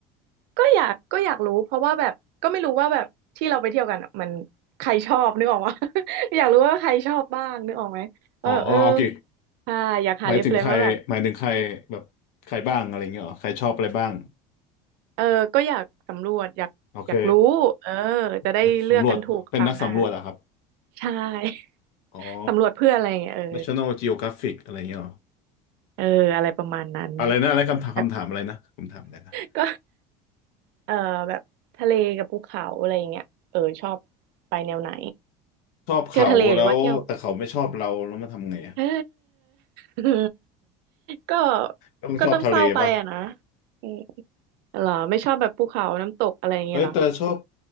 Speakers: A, on the right; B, on the left.
A: ก็อยากก็อยากรู้เพราะว่าแบบก็ไม่รู้ว่าแบบที่เราไปเที่ยวกันอะมันใครชอบนึกออกวะ <laughs> อยากรู้ว่าใครชอบบ้างนึกออกไหมเออเออ
B: อ๋ออ๋อโอเค
A: ใช่อยากหาเรฟเฟนว่าแบบ
B: หมายถึงใครหมายถึงใครแบบใครบ้างอะไรเงี้ยเหรอใครชอบอะไรบ้าง
A: เออก็อยากสำรวจอยากอยากรู้เออ
B: โอเค
A: จะได้เลือกกันถูกคราวหน้า
B: อยสำรวจเป็นนักสำรวจเหรอะครับ
A: ใช่
B: อ๋อ
A: <laughs> สำรวจเพื่ออะไรอย่างเงี้ยเออ
B: National Geographic อะไรเงี้ยเหรอ
A: เอออะไรประมาณนั้น
B: อะไรนะอะไรคำถามคำถามอะไรนะคำถามอะไรนะ
A: แบบก็เออแบบทะเลกับภูเขาอะไรอย่างเงี้ยเออชอบไปแนวไหน
B: ชอบเขาแล้วแต่เขาไม่ชอบเราแล้วมาทำไงอะ
A: เที่ยวทะเลหรือว่าเที่ยวเออ <laughs> ก็
B: ต้องชอบทะเลป่ะ
A: ก็ต้องเศร้าไปอะนะอืมเหรอไม่ชอบแบบภูเขาน้ำตกอะไรอย่างเงี้ยเหรอ
B: เอ้ยแต่ชอบ